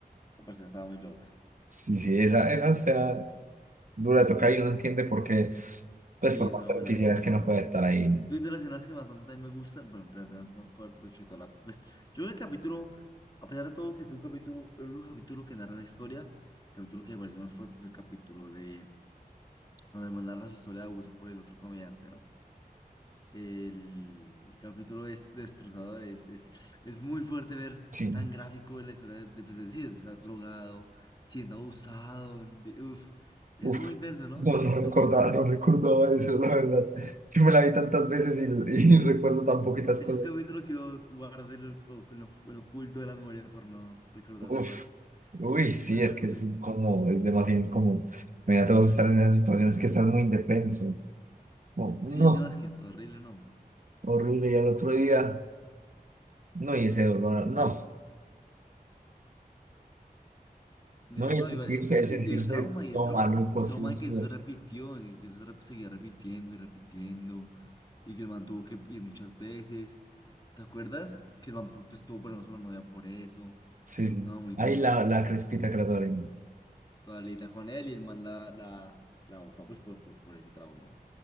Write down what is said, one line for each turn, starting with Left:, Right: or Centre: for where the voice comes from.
Left: Esa persona estaba muy loca.
Right: sí, sí, esa, esa escena dura de tocar y uno entiende por qué, pues
Left: Y
Right: por
Left: es
Right: más
Left: una
Right: que
Left: buena
Right: lo quisiera
Left: escena, es
Right: es que
Left: una
Right: no
Left: buena
Right: puede
Left: escena.
Right: estar ahí, ¿no?
Left: Yo de las escenas que más a mí también me gustan, bueno, de las escenas más fuertes, de hecho, de toda la... Pues, yo creo que el capítulo, a pesar de todo que es un capítulo, el único capítulo que narra la historia, el capítulo que me parece más fuerte es el capítulo de... Cuando hermano narra su historia de abuso por el otro comediante, ¿no? El, el capítulo es destrozador, es, es, es muy fuerte ver
Right: Sí,
Left: tan gráfico la historia de, de, pues, de- sí, de estar drogado, siendo abusado, en vi- uf, es
Right: uf,
Left: muy intenso, ¿no?
Right: no,
Left: Es un capítulo
Right: no recordaba,
Left: muy bueno.
Right: no recordaba eso, la verdad. Yo me la vi tantas veces y, y <laughs> recuerdo tan poquitas
Left: Es
Right: cosas.
Left: un capítulo que lo guardé en lo- en lo- en lo oculto de la memoria por no recordarlo
Right: Uf,
Left: más.
Right: uy,
Left: Es
Right: sí,
Left: muy fuerte.
Right: es que es incómodo, es demasiado incómodo. Mira, todos estar en esas situaciones que estás muy indefenso. Oh,
Left: Sí,
Right: no,
Left: no, es que es horrible, no.
Right: horrible. Y al otro día, no, y ese dolor, no,
Left: Dije,
Right: no, y
Left: No,
Right: el sentirse,
Left: igual, es, es-
Right: el
Left: y
Right: sentirse
Left: el trauma, y
Right: todo
Left: el trauma,
Right: maluco,
Left: y el
Right: sucio.
Left: trauma de que eso se repitió, y que eso rep- seguía repitiendo y repitiendo, y que el man tuvo que ir muchas veces. ¿Te acuerdas? Que el man pues, tuvo problemas con la novia por eso.
Right: Sí, sí.
Left: No, muy
Right: Ahí
Left: duro.
Right: la, la crespita que la doy,
Left: Toda lita con él y el man la, la, la botó pues por, por, por ese trauma.